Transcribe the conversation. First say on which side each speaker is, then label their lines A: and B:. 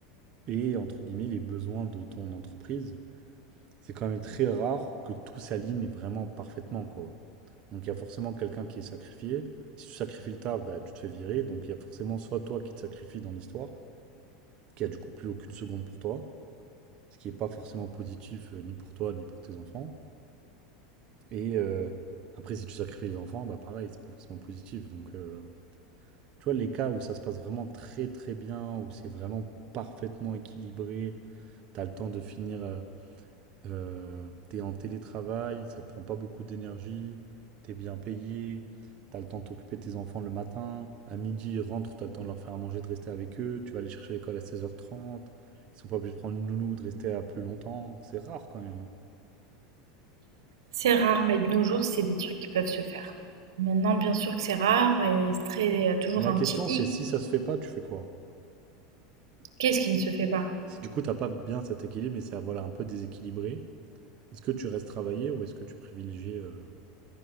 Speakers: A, on the right; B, on the right.
A: et entre guillemets les besoins de ton entreprise. C'est quand même très rare que tout s'aligne vraiment parfaitement, quoi. Donc il y a forcément quelqu'un qui est sacrifié. Si tu sacrifies le taf, bah, tu te fais virer. Donc il y a forcément soit toi qui te sacrifies dans l'histoire, qui a du coup plus aucune seconde pour toi, ce qui n'est pas forcément positif euh, ni pour toi ni pour tes enfants Et euh, après, si tu sacrifies les enfants, bah pareil, c'est pas forcément positif. Donc, euh, tu vois, les cas où ça se passe vraiment très très bien, où c'est vraiment parfaitement équilibré, t'as le temps de finir, euh, euh, t'es en télétravail, ça te prend pas beaucoup d'énergie, t'es bien payé, t'as le temps de t'occuper de tes enfants le matin, à midi ils rentrent, t'as le temps de leur faire à manger, de rester avec eux, tu vas les chercher à l'école à seize heures trente, ils sont pas obligés de prendre une nounou, de rester à plus longtemps, c'est rare quand même. hein.
B: c'est rare, mais de nos jours, c'est des trucs qui peuvent se faire. Maintenant, bien sûr que c'est rare et c'est très, toujours
A: Mais la
B: un
A: question,
B: petit
A: c'est
B: hic.
A: si ça se fait pas, tu fais quoi?
B: Qu'est-ce qui ne se fait pas?
A: Si du coup, t'as pas bien cet équilibre et c'est, voilà, un peu déséquilibré, est-ce que tu restes travailler ou est-ce que tu privilégies, heu,